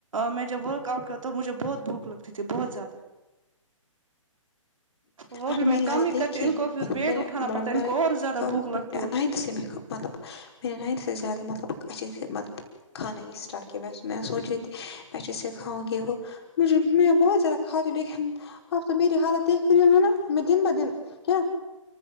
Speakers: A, on the right; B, on the left.
A: میں جب ورک آؤٹ کرتا ہوں مجھے بہت بھوک لگتی تھی بہت زیادہ وہ
B: اور
A: بھی میں
B: میری حالت
A: کم ہی
B: دیکھیے
A: کرتی ان کو پھر ویٹ
B: میں نے
A: اٹھانا
B: <unintelligible>
A: پڑتا ہے ان کو اور زیادہ بھوک لگتی ہوگی
B: نینتھ سے مطلب میں نے نائن زیادہ مطلب کسی سے مطلب کھانا یہ اسٹاٹ کی میں میں سوچ رہی تھی میں جیسے یہ کھاونگی وہ مجھے میں بہت زیادہ کھاتی ہوں لیکن اب تو میری حالت دیکھ رہی ہو نا میں دن با دن کیا